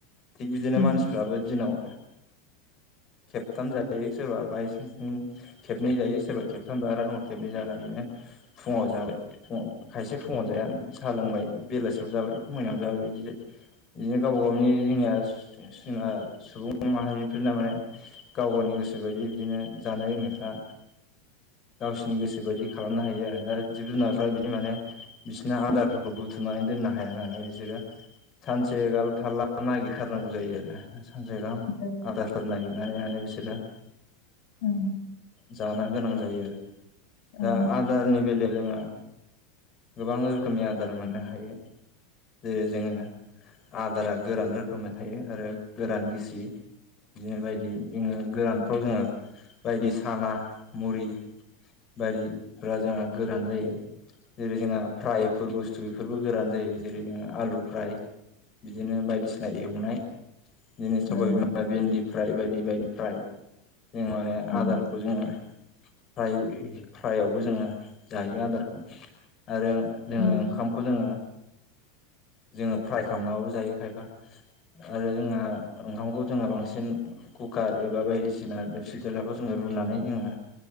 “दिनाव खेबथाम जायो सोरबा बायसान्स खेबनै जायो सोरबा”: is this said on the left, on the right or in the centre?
Left